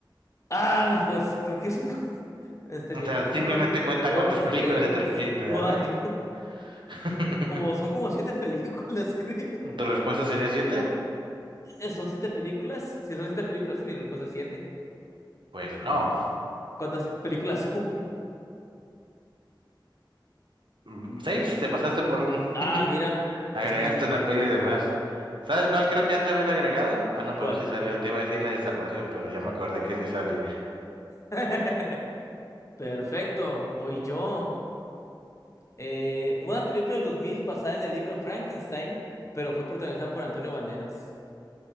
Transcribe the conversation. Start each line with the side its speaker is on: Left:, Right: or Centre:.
Left: Ah, pues creo que es un... <laughs> es Terminator
Right: O sea,
Left: uno
Right: simplemente
Left: Terminator
Right: cuenta
Left: dos
Right: cuántas <laughs> películas
Left: tres
Right: de Terminator
Left: cuatro
Right: hay. <laughs>
Left: Como, son como siete películas, <laughs> creo.
Right: ¿Tu respuesta sería siete?
Left: Eh, Son siete películas. Si son siete películas, mi respuesta es siete.
Right: Pues no.
Left: ¿Cuántas películas son?
Right: Mm, Seis, te pasaste por uno.
Left: Ah,
Right: <laughs>
Left: mira,
Right: Agregaste
Left: es que...
Right: una peli de más. ¿Sabes cuál creo que has de haber agregado? Ah, no,
Left: ¿Cuál?
Right: pero sí salió. Te iba a decir la de Salvación, pero ya me acordé que sí sale.
Left: <laughs> Perfecto, voy yo. Eh, una película del 2000 basada en el libro Frankenstein, pero fue protagonizada por Antonio Banderas.